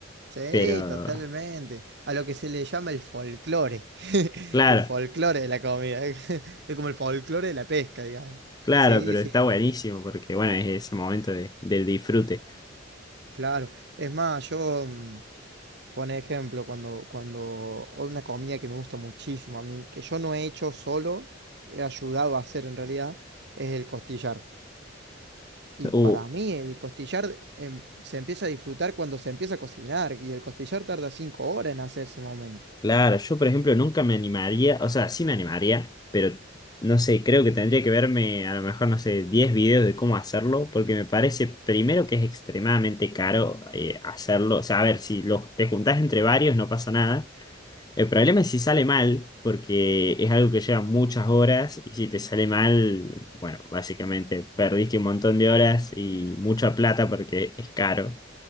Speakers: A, on the right; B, on the left.
A: Sí,
B: Pero,
A: totalmente. A lo que se le llama el folclore. <laughs>
B: claro,
A: El folclore de la comida. <laughs> Es como el folclore de la pesca, digamos.
B: claro,
A: Sí,
B: pero
A: sí.
B: está buenísimo porque bueno, es ese momento de, del disfrute.
A: Claro, es más, yo, mm, por ejemplo, cuando, cuando una comida que me gusta muchísimo a mí, que yo no he hecho solo, he ayudado a hacer en realidad, es el costillar. Y
B: Uh,
A: para mí el costillar em, se empieza a disfrutar cuando se empieza a cocinar, y el costillar tarda cinco horas en hacerse más o menos.
B: Claro, yo por ejemplo nunca me animaría, o sea, sí me animaría, pero no sé, creo que tendría que verme a lo mejor, no sé, 10 videos de cómo hacerlo, porque me parece primero que es extremadamente caro eh, hacerlo, o sea, a ver, si los, te juntás entre varios no pasa nada. El problema es si sale mal, porque es algo que lleva muchas horas y si te sale mal, bueno, básicamente perdiste un montón de horas y mucha plata porque es caro,